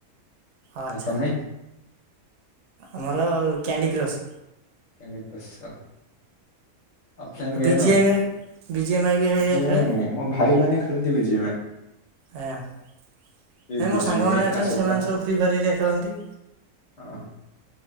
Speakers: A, on the right; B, on the left.
A: ଆଚ୍ଛା
B: ଆଉ ତମେ?
A: ଆମର କ୍ୟାଣ୍ଡି କ୍ରସ୍।
B: କ୍ୟାଣ୍ଡି କ୍ରସ ଅ। ଅଫଲାଇନ ଗେମ୍
A: ବିଜିଏମ
B: ଆଉ,
A: ବିଜିଏମ୍ଆଇ ହେରିକା
B: ବି ଜି
A: ଖେଳେ
B: ଏମ ଆଇ ମୋ ଭାଇ ମାନେ ଖେଳନ୍ତି ବି ଜି ଏମ ଆଇ।
A: ଆଜ୍ଞା ନାଇଁ
B: ବିଜିଏମ୍
A: ମୋ ସାଙ୍ଗମାନେ
B: କ୍ଲାସ୍
A: ଅଛନ୍ତି
B: ଅଫ୍
A: ସେମାନେ
B: କ୍ଲାନ୍
A: ସବୁ ଫ୍ରି ଫାୟାର ହେରିଆ ଖେଳନ୍ତି।
B: ହଁ।